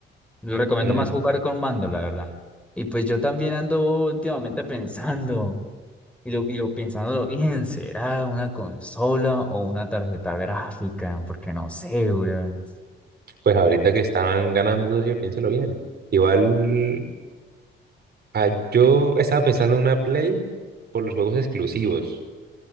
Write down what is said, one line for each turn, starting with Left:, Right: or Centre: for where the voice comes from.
Centre: Lo recomiendo
Right: Mm,
Centre: más jugar con mando, la verdad. Y pues yo también ando últimamente pensando, y lo, y lo pensándolo bien, ¿será una consola o una tarjeta gráfica? Porque no sé, weón.
Right: pues ahorita que estaban ganando, socio, piénselo bien. Igual ah, yo estaba pensando en una Play por los juegos exclusivos.